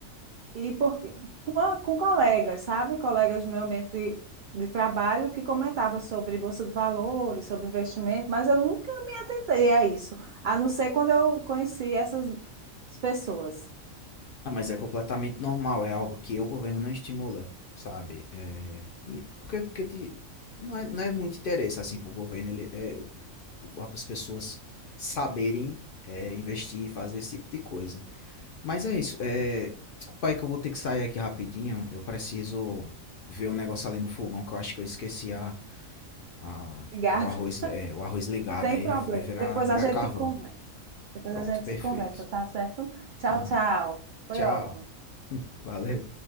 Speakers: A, on the right; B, on the left.
A: E porque, com, a- com colegas, sabe? Colegas do meu ambiente de trabalho que comentava sobre bolsa de valores, sobre investimento, mas eu nunca me atentei a isso, a não ser quando eu conheci essas pessoas.
B: Ah, mas é completamente normal, é algo que o governo não estimula, sabe? É, e porque porque te- não é, não é muito interesse, assim, para o governo, ele, é, para as pessoas saberem é, investir e fazer esse tipo de coisa. Mas é isso, é, desculpa aí que eu vou ter que sair aqui rapidinho, eu preciso ver um negócio ali no fogão, que eu acho que eu esqueci a, a,
A: Obrigada,
B: o arroz, é, o arroz ligado,
A: <laughs> sem
B: aí
A: problema.
B: vai vai virar,
A: Depois
B: virar
A: a gente
B: carvão.
A: conversa. Depois
B: Pronto,
A: a gente
B: perfeito.
A: conversa, tá certo? Tchau,
B: Aham,
A: tchau. Foi
B: Tchau,
A: ótimo.
B: <laughs> valeu.